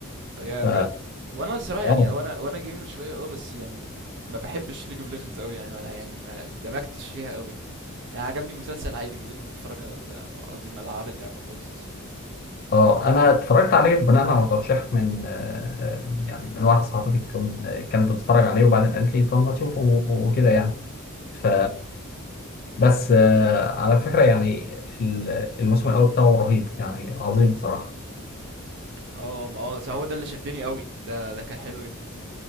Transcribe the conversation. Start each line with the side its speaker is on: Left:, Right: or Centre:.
Right: يا
Left: ف
Right: بجد وانا الصراحه يعني
Left: اه
Right: وانا وانا جيمر شويه اه بس يعني ما بحبش ليج اوف ليجندز قوي يعني ولا يعني ما دمجتش فيها قوي يعني عجبني مسلسل عادي من غير ما اتفرج على ال- قصدي ما العب اللعبه خالص اصلا
Left: اه انا اتفرجت عليه بناء على ترشيح من آه، يعني من واحده صاحبتي كان- آه، كانت بتتفرج عليه وبعدين قالت لي طب ما تشوفه و- وكده يعني ف بس آه، على فكره يعني ال- الموسم الاول بتاعه رهيب يعني عظيم بصراحه
Right: اه ما اه هو ده اللي شدني قوي ده ده كان حلو جدا